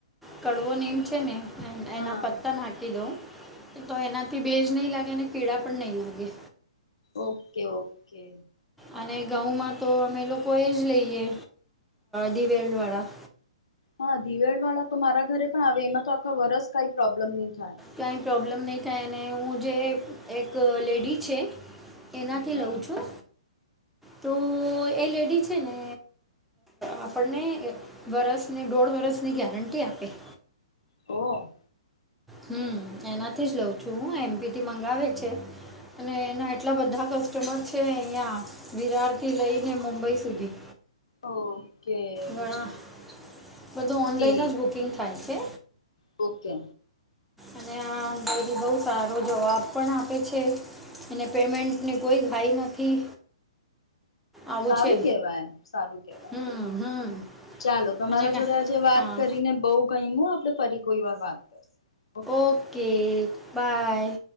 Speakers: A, in the centre; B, on the left.
A: કડવો નેમ છે ને
B: હા
A: એના પતા નાખી દો તો એનાથી ભેજ નહીં લાગે કીળા પણ નહીં લાગે
B: ઓકે ઓકે
A: અને ઘઉંમાં તો અમે લોકો એ જ લઈએ દિવેલ વાળા
B: હા દિવેડ વાળા તો મારા ઘરે પણ આવે એમાં તો આખા વરસ કઈ પ્રોબ્લેમ નહી થાય.
A: કાંઈ પ્રોબ્લેમ નહીં થાય અને હું જે એક લેડી છે. એનાથી
B: હા
A: લઉં છું તો તો એ લેડી છે ને આપણને વરસ ની દોઢ વરસની ગેરંટી આપે છે.
B: ઓ
A: હમ્મ એનાથી જ લઉં છું હું એમપીથી મંગાવે છે. અને એના એટલા બધા કસ્ટમર છે અહિયાં વિહાર થી લઈને મુંબઈ સુધી
B: ઓકે એવું
A: ઘણા
B: છે
A: બધું ઓનલાઈન
B: ઠીક
A: જ બુકિંગ થાય છે.
B: ઓકે
A: અને આ પણ બહું સારો જવાબ પણ આપે છે. અને પેમેન્ટને કોઈ હાઈ નથી આવું
B: સારું
A: છે
B: કેવાય સારું કેવાય
A: હમ હમ
B: ચાલો તમારા
A: અને કા-
B: જોડે આજે વાત
A: હા
B: કરીને બહું ગઈમુ હો આપદે ફરી કોઈ વાર વાત કરશું.
A: Okay bye